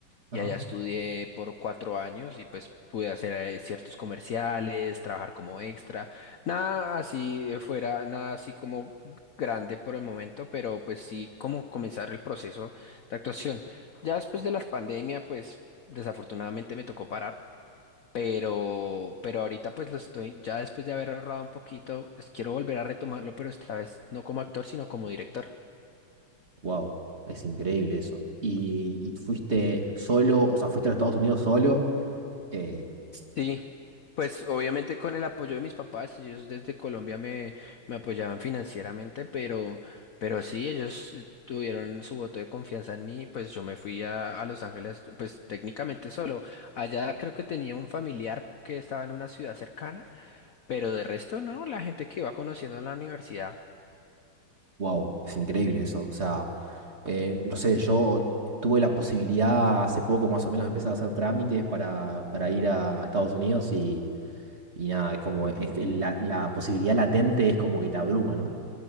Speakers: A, on the right; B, on the left.
A: Ajá.
B: Y allá estudié por cuatro años y pues pude hacer eh, ciertos comerciales, trabajar como extra. Nada así eh, fuera, nada así como grande por el momento, pero pues sí como comenzar el proceso de actuación. Ya después de la pandemia, pues desafortunadamente me tocó parar, pero, pero ahorita pues lo estoy, ya después de haber ahorrado un poquito, pues, quiero volver a retomarlo, pero esta vez no como actor, sino como director.
A: Wow, es increíble eso. ¿Y, y fuiste solo, o sea, fuiste a los Estados Unidos solo? Eh,
B: Sí, pues obviamente con el apoyo de mis papás, ellos desde Colombia me, me apoyaban financieramente, pero, pero sí, ellos eh, tuvieron su voto de confianza en mí, pues yo me fui a, a Los Ángeles, pues técnicamente solo. Allá creo que tenía un familiar que estaba en una ciudad cercana, pero de resto no, la gente que iba conociendo en la universidad.
A: Wow, es increíble eso. O sea, eh, no sé, yo tuve la posibilidad hace poco más o menos de empezar a hacer trámites para, para ir a, Estados Unidos y, y nada, es como es que la, la posibilidad latente es como que te abruma, ¿no?